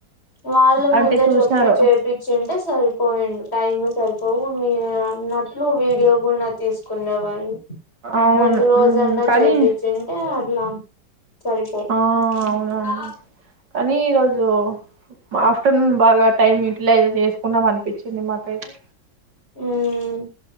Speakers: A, on the left (about 30°); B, on the right (about 65°).
A: వాళ్ళు ముందే
B: అంటే చూసినారు
A: చెప్పి చేపిచ్చింటే సరిపోయేది టైమ్ సరిపోవు మీరు అన్నట్లు వీడియో కూడా తీసుకునే వాళ్ళు
B: అవును
A: ముందు రోజన్నా
B: మ్మ్. కానీ
A: చేపిచ్చింటే లా సరిపోవు
B: ఆ అవునవును
A: క
B: కానీ ఈరోజు ఆఫ్టర్నూన్ బాగా టైం యూటిలైజ్ చేసుకున్నాం అనిపించింది మాకైతే
A: ఉమ్మ్